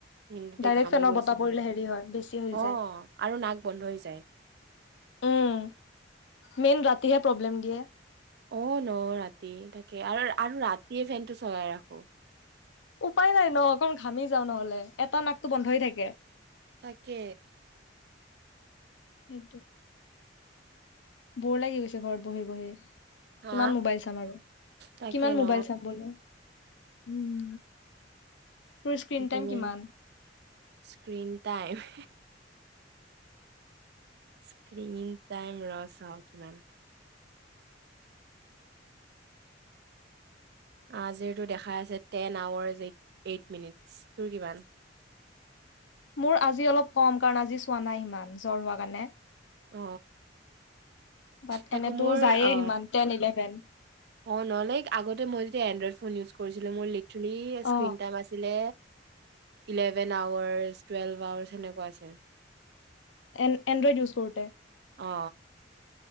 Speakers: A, on the right; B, on the left.
A: মিনিটতে
B: ডাইৰেক্ট
A: ঘামি
B: ফেনৰ
A: গৈছো
B: বতাহ
A: মই
B: পৰিলে হেৰি হয় বেছি হৈ
A: অ'
B: যায়
A: আৰু নাক বন্ধ হৈ যায়
B: উম মেইন ৰাতিহে প্ৰব্লেম দিয়ে
A: অ ন ৰাতি তাকে আৰু আৰু ৰাতিয়ে ফেন টো চলাই ৰাখো
B: উপায় নাই ন অকণ ঘামি যাওঁ নহলে এটা নাকটো বন্ধই থাকে
A: থাকে
B: এ বৰ লাগি গৈছে ঘৰত বহি বহি কিমান
A: হা
B: মোবাইল চাম আৰু
A: তাকে
B: কিমান
A: ন
B: মোবাইল চাম বোলো উম তোৰ স্ক্ৰীন
A: ইভিনে
B: টাইম কিমান?
A: স্ক্ৰীন টাইম স্ক্ৰন টাইম ৰছ হ কিমান আ যিহেতটো দেখা আছে তোৰ কিমান
B: মোৰ আজি অলপ কম কাৰণ আজি চোৱা নাই ইমান জ্বৰ হোৱা কাৰণে
A: অ
B: বাট
A: তাকো
B: এনেতো
A: মোৰ
B: যায়ে
A: অ
B: সিমান টেন ইলেভেন
A: অ নলেক আগতে মই য এনড্ৰইড ফোন ইউজ কৰিছিলো মোৰ লিটেলি স্কন
B: অ
A: টাইম আছিলে ইলেভেন আৱাৰ্চ টুৱেল্ভ আৱাৰ্চ সেনেকুৱা আছিল
B: এ এনড্ৰইড ইউজ কৰোঁতে
A: অ